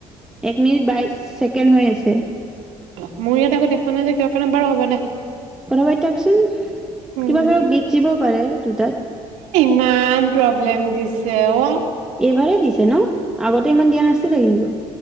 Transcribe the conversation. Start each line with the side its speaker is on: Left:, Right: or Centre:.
Centre: এক মিনিট বাইশ ছেকেণ্ড হৈ আছে
Right: অ মোৰ ইয়াত আকৌ দেখুৱা নাই যে কৰ কাৰণে বাৰু হ'ব দে
Centre: কথা পা থকচোন
Right: উম
Centre: কিবা ধ গীত দিব পাৰে দুটাত
Right: মেইন প্ৰব্লেম দিছে অ
Centre: এইবাৰেই দিছে ন আগতে ইমান দিয়া নাছিলে কিন্তু